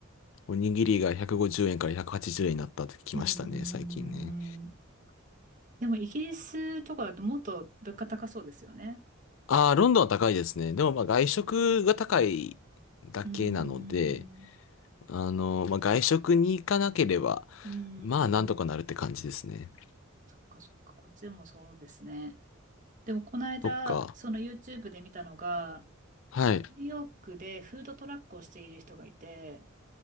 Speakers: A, on the left; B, on the right.
A: おにぎりが150円から180円になったって聞きましたね、
B: うん、うん、うんうんうん
A: 最近ね。
B: でもイギリスとかだともっと物価高そうですよね。
A: ああ、ロンドンは高いですね。でもまあ外食が高いだけなので、
B: うーん、
A: あの、まあ、外食に行かなければ、
B: うん、うん
A: まあ、なんとかなるって感じですね。
B: そっかそっか、こっちもそうですね。でもこの間、
A: そっか。
B: その YouTube で見たのが、
A: はい。
B: ニューヨークでフードトラックをしている人がいて、